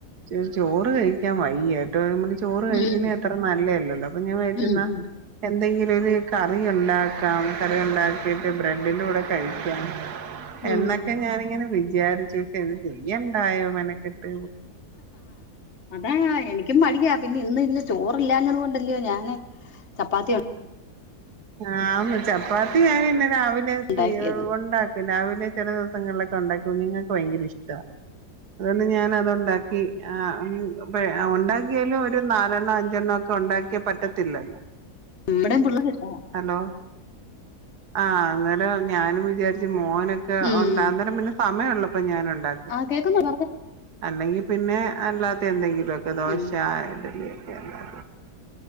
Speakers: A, on the right; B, on the left.
A: ചൊ ചോറ് കഴിക്കാൻ വയ്യ ട്ടോ നമ്മള് ചോറ് കഴിക്കുന്ന്
B: ഉം
A: അത്ര നല്ലല്ലല്ലോ അപ്പൊ ഞാൻ വിചാരിച്ച്ന്നാ
B: ഉം ഉം
A: എന്തെങ്കിലൊര് കറി ഉണ്ടാക്കാം കറി ഉണ്ടാക്കീ ട്ട് ബ്രെഡിൻ്റൂടെ കഴിക്ക
B: ഉം
A: എന്നൊക്കെ ഞാനിങ്ങനെ വിചാരിച്ചു ഇത് ചെയ്യണ്ടായോ മെനക്കെട്ട്
B: അതാ എനിക്കും മടിയാ പിന്നെന്ന് ഇന്ന് ചോറില്ലാഞ്ഞത് കൊണ്ടല്ലോ ഞാന് ചപ്പാത്തി
A: ആഹ്, ചപ്പാത്തി ഞാനിന്നുരാവിലെ
B: ഉണ്ടാക്കിയത്
A: യുണ്ടാ രാവിലെ ചില ദിവസങ്ങളിലൊക്കെയുണ്ടാക്കും കുഞ്ഞുങ്ങൾക്ക് ഭയങ്കരയിഷ്ട അതുകൊണ്ടു ഞാനതുണ്ടാക്കി, ആഹ് ഉണ്ടാക്കിയാലും ഒരു നാലെണ്ണം അഞ്ചെണ്ണമൊക്കെയുണ്ടാ <unintelligible> പറ്റത്തില്ലലോ
B: മ്മടെ പുള്ളേരപോ
A: ഹലോ ആഹ് അന്നേരം ഞാനും വിചാ മോനൊക്കെയുണ്ടാ
B: ഉം
A: അന്നേരം പിന്നെ സമയള്ളപ്പോ ഞാൻ ഉണ്ടാ
B: ആഹ്, കേൾക്കുന്നു പറഞ്ഞോ
A: അല്ലെങ്കി പിന്നെ അല്ലാത്ത എന്തെങ്കിലുമൊക്കെ ദോശ,
B: ഉം
A: ഇഡ്ഡലിയൊക്കെ യെല്ലാ